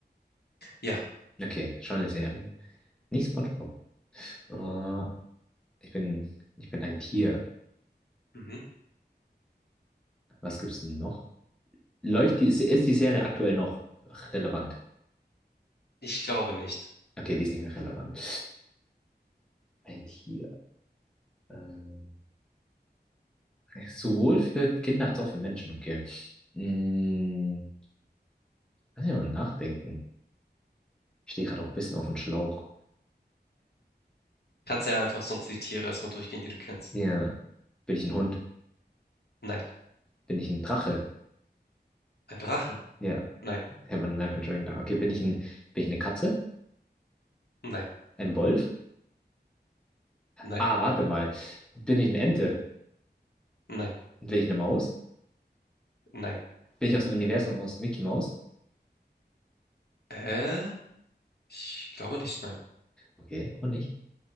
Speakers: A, on the left (about 65°); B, in the centre.
A: Ja.
B: Okay, schon eine Serie. Nicht SpongeBob. Äh, ich bin, ich bin ein Tier.
A: Mhm.
B: Was gibt's denn noch? Läuft die, ist die Serie aktuell noch relevant?
A: Ich glaube nicht.
B: Okay, die ist nicht mehr relevant. Ein Tier. Ähm, sowohl für Kinder als auch für Menschen, okay. Hm, lass mich mal nachdenken. Ich stehe gerade auch ein bisschen auf dem Schlauch.
A: Kannst ja einfach sonst die Tiere erstmal durchgehen, die du kennst.
B: Ja. Bin ich ein Hund?
A: Nein.
B: Bin ich ein Drache?
A: Ein Drache?
B: Ja.
A: Nein.
B: Ich habe einen American Dragon da. Okay, bin ich ein, bin ich eine Katze?
A: Nein.
B: Ein Wolf?
A: Nein.
B: Ah, warte mal. Bin ich eine Ente?
A: Nein.
B: Bin ich eine Maus?
A: Nein.
B: Bin ich aus dem Universum aus Mickey Mouse?
A: Äh, ich glaube nicht, nein.
B: Okay, auch nicht.